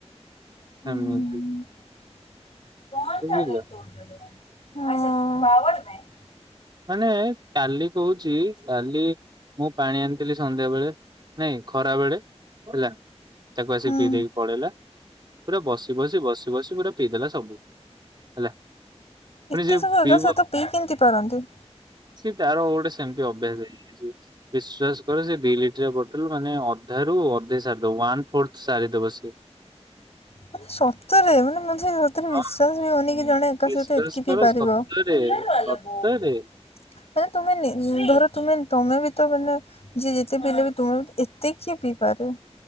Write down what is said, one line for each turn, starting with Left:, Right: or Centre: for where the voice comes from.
Left: ଉ
Right: ଏମିତି
Left: ହୁଁ।
Right: ବୁଝିଲ।
Left: ହଁ।
Right: ମାନେ କାଲି କହୁଚି କାଲି ମୁଁ ପାଣି ଆଣିଥିଲି ସନ୍ଧ୍ୟା ବେଳେ ନାଇଁ ଖରା ବେଳେ ହେଲା ତାକୁ ଆସିିକ
Left: ହୁଁ
Right: ପିଇ ଦେଇି ପଳେଇଲା ପୁରା ବସି ବସି ବସି ବସି ପୁରା ପିଇଦେଲା ସବୁ ହେଲା। ପୁଣି
Left: ଏତେ
Right: ସେ
Left: ସବୁ ଏକା
Right: ପିଇବ
Left: ସେ ତ ପିଇ କେମିତି ପାରନ୍ତି?
Right: ସେ ତାର ଗୋଟେ ସେମିତି ଅଭ୍ୟାସ ହେଇଯାଇଚି। ବିଶ୍ୱାସ କର ସେ ଦି ଲିଟର ବୋଟଲ ମାନେ ଅଧା ରୁ ଅଧେ ସାରିଦ ୱାନ୍ ଫୋର୍ଥ ସାରିଦବ ସିଏ।
Left: ମାନେ ସତରେ ମାନେ ମତେ ସତେରେ
Right: ହଁ
Left: ବିଶ୍ୱାସ ବି ହନି ଜଣେ କା
Right: ବିଶ୍ଵାସ
Left: ସହିତ ଏତିକି ପିଇ
Right: କର
Left: ପାରିବ।
Right: ସତରେ
Left: ମାନେ
Right: ସତରେ
Left: ତୁମେ ନି ଧର ତୁମେ ତମେ ବି ତ ମାନେ ଯିଏ ଯେତେ ପିଇଲେ ବି ତୁମେ ଏତେ କିଏ ପିଇପାରେ